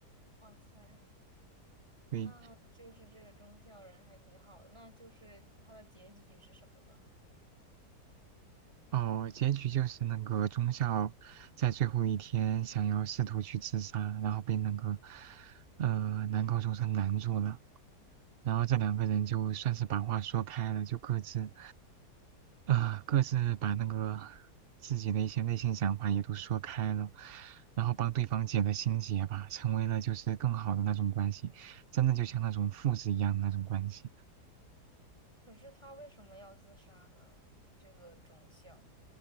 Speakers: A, on the right; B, on the right.
A: 哇塞，
B: 对，
A: 那就是这个忠孝人还挺好的。那就是他的结局是什么呢？
B: 哦，结局就是那个中校在最后一天想要试图去自杀，然后被那个呃男高中生拦住了。然后这两个人就算是把话说开了，就各自，呃，各自把那个自己的一些内心想法也都说开了，然后帮对方解了心结吧，成为了就是更好的那种关系，真的就像那种父子一样的那种关系。
A: 可是他为什么要自杀呢？这个忠孝，